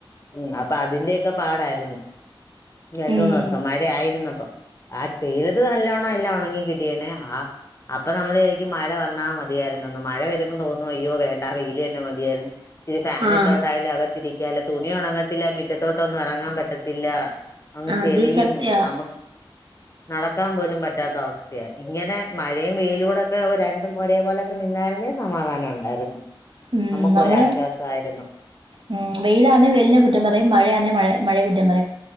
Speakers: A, on the left; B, on the right.
A: ഉം അപ്പൊ അതിന്റെക്കെ പാടായിരുന്നു രണ്ട്
B: ഉം
A: മൂന്ന് ദിവസം മഴ ആയിരുന്നപ്പൊ ആ വെയിലത്ത് നല്ലോണ്ണം എല്ലാം ഒണങ്ങി കിട്ടിയനെ ആ അപ്പൊ നമ്മള് ശരിക്കും മഴ വന്നാ മതിയായിരുന്നുന്ന് മഴ വരുമ്പോൾ തോന്നു അയ്യോ വേണ്ട വെയില് തന്നെ മതിയായിരുന്നു ഇച്ചിരി ഫാൻ
B: ആഹ്
A: ഇട്ടോണ്ടായാലും അകത്തിരിക്കാലോ ഉണങ്ങത്തില്ല മിറ്റത്തോട്ടൊന്നും ഇറങ്ങാൻ പറ്റത്തില്ല അങ്ങ്
B: അത്
A: ചെളിയും
B: സത്യാ
A: നമക്ക് നടക്കാൻ പോലും പറ്റാത്ത അവസ്ഥയാ. ഇങ്ങനെ മഴയും വെയിലൂടൊക്കെ രണ്ടും ഒരേപോലൊക്കെ നിന്നായിരുന്നേ സമാധാനം ഉണ്ടായിരുന്നു.
B: ഉം
A: നമുക്ക്
B: നമ്മള്
A: ഒരാശ്വാസമായിരുന്നു
B: ഉം വെയി ലാന്നേ വെലിനെ കുറ്റം പറയും. മഴയാന്നേ മഴ മഴയെകുറ്റം പറയും.